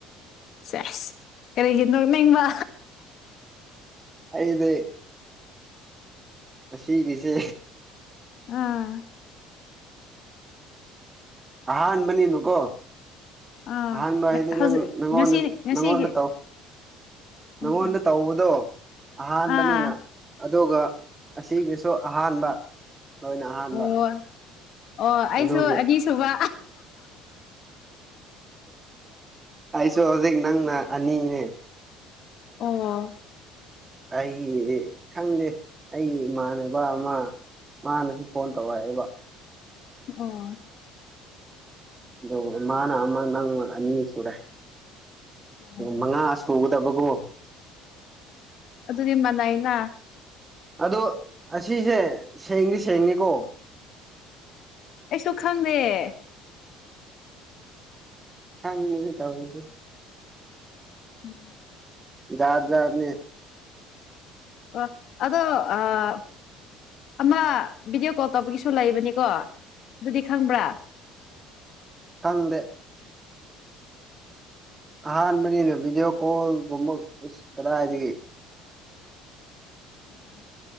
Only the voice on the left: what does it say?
ꯁ‌ꯦꯁ ꯀꯔꯤꯒꯤ ꯅꯣꯛꯅꯤꯡꯕ
ꯑꯥ
ꯑꯥ
ꯍꯧꯖꯤꯛ ꯉꯁꯤ ꯉꯁꯤꯒꯤ
ꯎꯝ
ꯎꯝ
ꯑꯥ
ꯑꯣ ꯑꯣ ꯑꯩꯁꯨ
ꯑꯅꯤꯁꯨꯕꯥ
ꯑ‌ꯣ
ꯑꯣ
ꯑꯣ
ꯑꯗꯨꯗꯤ ꯃꯅꯥꯏꯅꯥ
ꯁꯨ ꯈꯪꯗꯦ
ꯎꯝ
ꯑꯥ ꯑꯗꯣ ꯑꯥ ꯑꯃ ꯚꯤꯗꯤꯑꯣ ꯀꯣꯜ ꯇꯧꯕꯒꯤꯁꯨ ꯂꯩꯕꯅꯤꯀꯣ ꯑꯗꯨꯗꯤ ꯈꯪꯕ꯭ꯔꯥ <inaudible>
ꯎꯝ